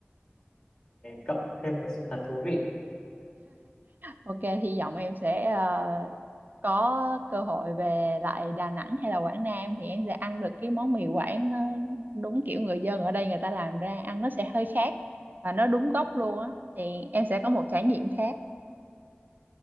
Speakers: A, on the left; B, on the right.
A: cộng thêm một sự thật thú vị
B: Ok, hy vọng em sẽ ờ, có cơ hội về lại Đà Nẵng hay là Quảng Nam thì em sẽ ăn được cái món mì Quảng nó đúng kiểu người dân ở đây người ta làm ra ăn nó sẽ hơi khác và nó đúng gốc luôn á thì em sẽ có một trải nghiệm khác.